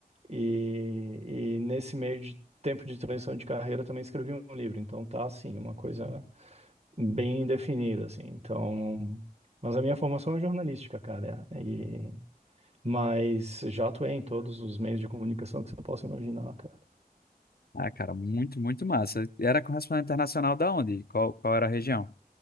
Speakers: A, on the right (about 40°); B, on the left (about 70°).
A: E, e nesse meio de tempo de transição de carreira eu também escrevi um livro. Então tá assim, uma coisa bem definida, assim. Então, mas a minha formação é jornalística, cara. E, mas já atuei em todos os meios de comunicação que você possa imaginar, cara.
B: Ah, cara, muito, muito massa. E Era correspondente internacional da onde? Qual, qual era a região?